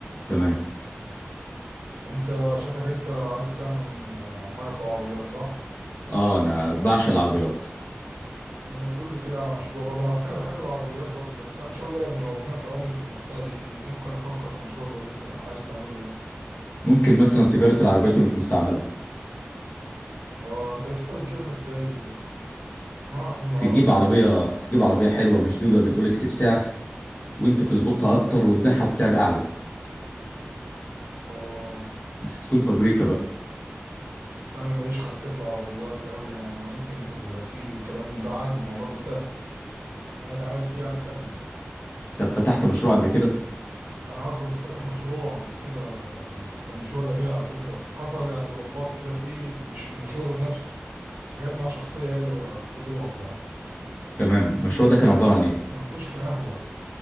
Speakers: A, on the left; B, on the right.
A: تمام
B: انت شكلك انت عايز تعمل حاجه في العربيات صح
A: اه انا بعشق العربيات
B: طب ما تقول لي كده على مشروع برضه أنا على فكرة أنا بحب العربيات برضه بس يعني إن شاء الله رب ربنا كرمني في المغسلة دي ممكن أفكر في مشروع زي اللي أنت عايز تعمله ده
A: ممكن مثلا تجاره العربيات المستعمله
B: أه أنت بس أنت بتجيبها إزاي ويعني أنا أعرف إن العربيات
A: تجيب عربيه تجيب عربيه حلوه مشدوده من اولكس بسعر وانت تظبطها اكتر وتبيعها بسعر اعلى
B: أه
A: بس تكون فابريكا بقى
B: لا أنا ماليش خلفية في العربيات أوي يعني أنا ممكن في الغسيل والكلام من ده عادي الموضوع ده سهل أنا أتعامل فيه يعني سهلة
A: طب فتحت مشروع قبل كده
B: أنا أه كنت فاتح مشروع قبل كده بس كان مشروع جميل على فكرة بس حصل يعني ضربات كده فيه مش في المشروع ذات نفسه حاجات مع شخصية هي اللي خلته يقف يعني
A: تمام
B: كنت
A: المشروع ده كان عباره عن ايه
B: كان كشك قهوة